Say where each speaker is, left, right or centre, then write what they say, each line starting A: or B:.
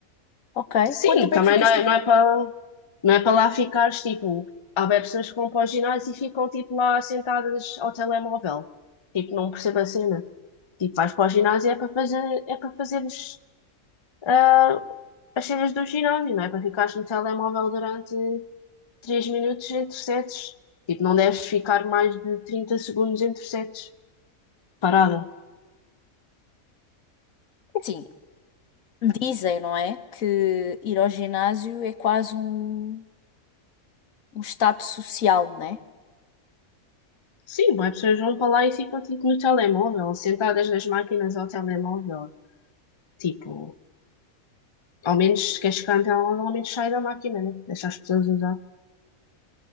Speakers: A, on the left; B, on the left.
A: Ok.
B: Sim,
A: Quanto tempo
B: também
A: é que ficas
B: não é,
A: tipo.
B: não é para, não é para lá ficares, tipo, há bem pessoas que vão para o ginásio e ficam, tipo, lá sentadas ao telemóvel. Tipo, não percebo a cena. Tipo, vais para o ginásio é para fazer, é para fazeres ah, as cenas do ginásio, não é para ficares no telemóvel durante 3 minutos entre sets. Tipo, não deves ficar mais de 30 segundos entre sets parada.
A: Assim, dizem, não é? Que ir ao ginásio é quase um, um estado social, né?
B: Sim, as pessoas vão para lá e ficam tipo no telemóvel, sentadas nas máquinas ao telemóvel. Tipo, ao menos se queres ficar no telemóvel, ao menos sai da máquina, né? Deixa as pessoas usar.